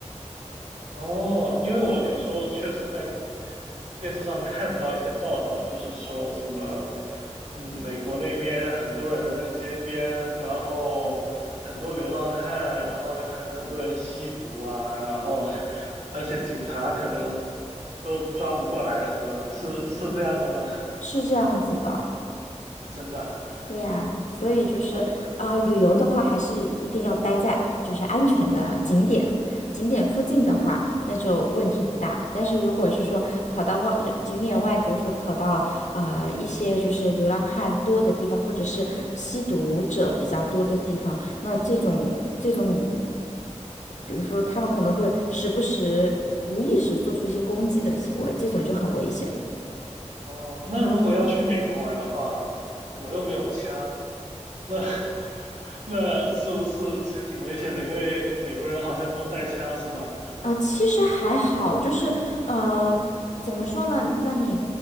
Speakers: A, on the right; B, on the left.
A: 哦，因为我有时候确实在电视上看到一些报道，就是说什么，嗯，美国那边很多人在街边，然后很多流浪汉，然后还有很多人吸毒啊，然后而且警察可能都抓不过来什么的，是是这样的吗？
B: 是这样子的。
A: <laughs> 真的啊？
B: 对呀，所以就是啊、
A: 哦
B: 旅游的话还是一定要待在就是安全的景点，景点附近的话，那就问题不大。但是如果是说跑到外景点外，比如说跑到呃一些就是流浪汉多的地方，或者是吸毒者比较多的地方，那这种这种，比如说他们可能会时不时无意识做出一些攻击的行为，这种就很危险。
A: 哦，那如果要去美国玩的话，我又没有枪，那 <laughs> 那是不是其实挺危险的？因为美国人好像都带枪，是吧？
B: 啊，其实还好，就是呃，怎么说呢？那你